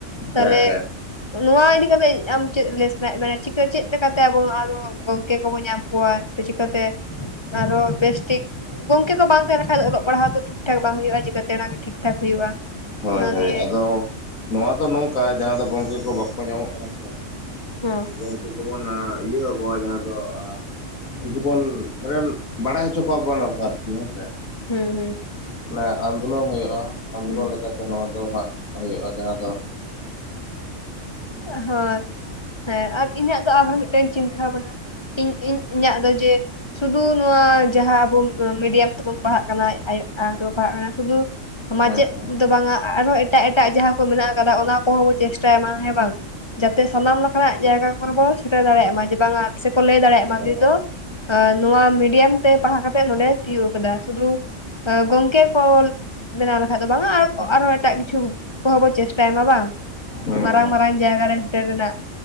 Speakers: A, on the left (about 85°); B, on the left (about 20°).
A: ᱦᱮᱸ
B: ᱛᱟᱞᱦᱮ
A: ᱦᱮᱸ
B: ᱱᱚᱣᱟ ᱤᱫᱤ ᱠᱟᱛᱮᱜ ᱟᱢ ᱪᱮᱫ ᱞᱮ ᱥᱟᱱᱟᱭᱮᱜ <unintelligible> ᱪᱤᱠᱟᱹ ᱪᱮᱫ ᱞᱮᱠᱟ ᱛᱮ ᱟᱵᱚ <unintelligible> ᱫᱚᱼᱼ ᱜᱚᱝᱠᱮ ᱠᱚᱵᱚ ᱧᱟᱢ ᱠᱚᱣᱟ ᱥᱮ ᱪᱤᱠᱟᱹ ᱛᱮ ᱟᱨ ᱦᱚᱸ ᱵᱮᱥ ᱴᱷᱤᱠ ᱜᱚᱝᱠᱮ ᱠᱚ ᱵᱟᱝ ᱛᱮᱦᱮᱸᱫᱚ ᱟᱫᱚᱼᱼ ᱚᱞᱚᱜ ᱯᱟᱲᱦᱟᱜ ᱫᱚ ᱴᱷᱤᱠ ᱴᱷᱟᱠ ᱵᱟᱝ ᱦᱩᱭᱩᱜ-ᱟ ᱪᱤᱠᱟᱹ ᱛᱮ ᱚᱱᱟ ᱜᱮ ᱴᱷᱤᱠ ᱴᱷᱟᱠ ᱦᱩᱭᱩᱜ-ᱟ᱾
A: ᱦᱳᱭ
B: ᱚᱱᱟ
A: ᱦᱳᱭ
B: ᱱᱤᱭᱮᱼᱼ
A: ᱟᱫᱚ ᱱᱚᱣᱟ ᱫᱚ ᱱᱚᱝᱠᱟ ᱡᱟᱦᱟᱸ ᱫᱚ ᱜᱚᱝᱠᱮ ᱠᱚ ᱵᱟᱠᱚ ᱧᱟᱢᱚᱜ ᱠᱟᱱᱟ ᱥᱮᱼᱼ
B: ᱦᱮᱸ᱾
A: ᱜᱚᱝᱠᱮ ᱠᱚᱵᱚᱱ ᱟ ᱤᱭᱟᱹᱣ ᱠᱚᱣᱟ ᱡᱟᱦᱟᱸ ᱫᱚ, ᱟ ᱡᱩᱫᱤ ᱵᱚᱱ ᱢᱟᱱᱮᱼᱼ ᱵᱟᱲᱟᱭ ᱦᱚᱪᱚ ᱠᱚᱣᱟ ᱵᱚ ᱚᱱᱟ ᱠᱚ ᱟᱨᱠᱤ ᱦᱮᱸ ᱥᱮ᱾
B: ᱦᱩᱸ ᱦᱩᱸ᱾
A: ᱢᱟᱱᱮ ᱟᱱᱫᱳᱞᱚᱱ ᱦᱩᱭᱩᱜ-ᱟ᱾ ᱟᱱᱫᱳᱞᱚᱱ
B: ᱦᱩᱸ
A: ᱞᱮᱠᱟ ᱛᱮᱼᱼ ᱛᱮ ᱱᱚᱣᱟ ᱫᱚ ᱦᱟᱸᱜ ᱦᱩᱭᱩᱜ-ᱟ᱾ ᱡᱟᱦᱟᱸ ᱫᱚᱼᱼ
B: ᱦᱚᱭ ᱦᱮᱸ ᱟᱨ ᱤᱧᱟᱹᱜ ᱫᱚ ᱟᱨᱦᱚᱸ ᱢᱤᱫᱴᱟᱹᱝ ᱪᱤᱱᱛᱟᱹ ᱵᱷᱟᱵᱽᱱᱟᱼᱼ ᱤᱧ ᱤᱧ ᱤᱧᱟᱜ ᱫᱚ ᱡᱮᱼᱼ ᱥᱩᱫᱩ ᱱᱚᱣᱟ ᱡᱟᱦᱟᱸ ᱟᱵᱚ ᱩᱸ ᱢᱤᱰᱤᱭᱟᱢ ᱛᱮᱵᱚᱱ ᱯᱟᱲᱦᱟᱜ ᱠᱟᱱᱟ᱾ ᱟᱭᱳᱜᱼᱼ ᱟᱨ ᱠᱚ ᱯᱟᱲᱦᱟᱜ ᱠᱟᱱᱟ ᱥᱩᱫᱩ ᱢᱟᱪᱮᱜ
A: ᱦᱮᱸ ᱦᱮᱸ
B: ᱫᱚ ᱵᱟᱝᱟ ᱟᱨ ᱦᱚᱸ ᱮᱼᱼ ᱴᱟᱜ ᱮᱴᱟᱜ ᱡᱟᱦᱟᱸ ᱠᱚ ᱢᱮᱱᱟᱜ ᱟᱠᱟᱫᱟ ᱚᱱᱟ ᱠᱚᱦᱚᱸ ᱵᱚᱱ ᱪᱮᱥᱴᱟᱭ ᱢᱟ ᱦᱮᱸ ᱵᱟᱝ᱾ ᱡᱟᱛᱮ ᱥᱟᱱᱟᱢ ᱞᱮᱠᱟ ᱱᱟᱜ ᱡᱟᱭᱜᱟ ᱠᱚᱨᱮ ᱵᱚᱱ ᱥᱮᱴᱮᱨ ᱫᱟᱲᱮᱭᱟᱜ ᱢᱟ ᱡᱮ ᱵᱟᱝᱟ ᱟᱨ ᱥᱮ ᱠᱚ ᱞᱟᱹᱭ ᱫᱟᱲᱮᱭᱟᱜ ᱢᱟ
A: ᱚ
B: ᱱᱩᱭ ᱫᱚᱼᱼ ᱟ ᱱᱚᱣᱟ ᱢᱤᱰᱤᱭᱟᱢ ᱛᱮ ᱯᱟᱲᱦᱟᱣ ᱠᱟᱛᱮᱜ ᱱᱚᱸᱰᱮ ᱛᱤᱭᱩᱜ ᱟᱠᱟᱫᱟ ᱥᱩᱫᱩᱼᱼ ᱜᱚᱝᱠᱮ ᱠᱚᱞᱼᱼ ᱵᱮᱱᱟᱣ ᱞᱮᱠᱷᱟᱡ ᱫᱚ ᱵᱟᱝᱼᱟ, ᱟᱨ‌ ᱚ ᱟᱨᱦᱚᱸ ᱮᱴᱟᱜ ᱠᱤᱪᱷᱩ ᱠᱚᱦᱚᱸ ᱵᱚ ᱪᱮᱥᱴᱟᱭ ᱢᱟ ᱵᱟᱝ᱾
A: ᱦᱩᱸ ᱦᱩᱸ
B: ᱢᱟᱨᱟᱝ‌ ᱢᱟᱨᱟᱝ ᱡᱟᱭᱜᱟ ᱥᱮᱴᱮᱨ ᱨᱮᱱᱟᱜ᱾